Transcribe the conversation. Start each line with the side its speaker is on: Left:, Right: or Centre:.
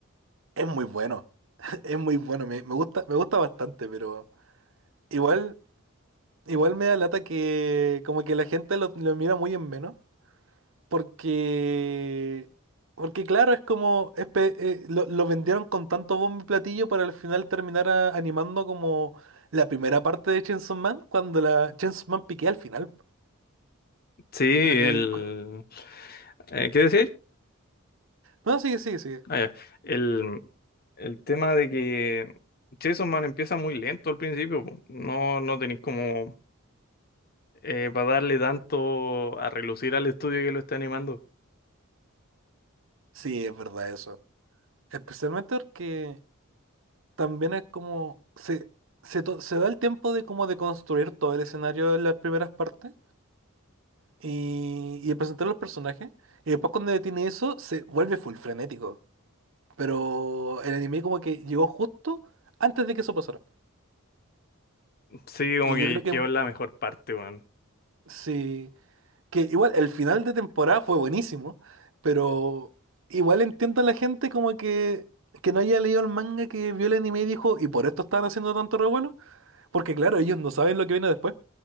Right: Es muy bueno. <laughs> Es muy bueno. Me, me gusta, me gusta bastante, pero igual, igual me da lata que como que la gente lo, lo mira muy en menos. Porque, porque claro, es como, es pe- eh, lo, lo vendieron con tanto bombo y platillo para al final terminar a- animando como la primera parte de Chainsaw Man, cuando la Chainsaw Man piquea al final.
Left: Sí, el...
Right: Y-
Left: eh, ¿qué decíais?
Right: No, sigue, sigue, sigue.
Left: Ah, ya. El, el tema de que Chainsaw Man empieza muy lento al principio. po. No, no tenéis como eh, para darle tanto a relucir al estudio que lo está animando.
Right: Sí, es verdad eso. Especialmente porque también es como, se, se, to- se da el tiempo de como de construir todo el escenario en las primeras partes y, y de presentar los personajes. Y después cuando detiene eso, se vuelve full frenético. Pero el anime como que llegó justo antes de que eso pasara.
Left: Sí, como
Right: Y
Left: que
Right: yo creo que
Left: quedó en la mejor parte, weón.
Right: sí, que igual el final de temporada fue buenísimo, pero igual entiendo a la gente como que, que no haya leído el manga, que vio el anime y dijo, ¿y por esto estaban haciendo tanto revuelo? Porque claro, ellos no saben lo que viene después.